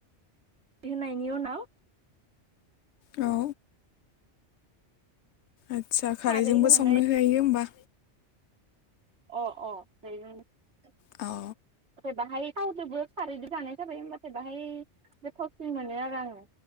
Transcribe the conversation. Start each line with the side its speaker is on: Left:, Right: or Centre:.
Right: होनायनि उनाव
Left: औ आदसा खारैजोंबो
Right: खारै होनानै
Left: संनो हायो होमबा
Right: अ अ <unintelligible>
Left: औ
Right: बाहाय थावजोंबो खारैजों जानाय जाबाय ओमबाथाय बाहाय गोथावसिन मोनो आरो आंङो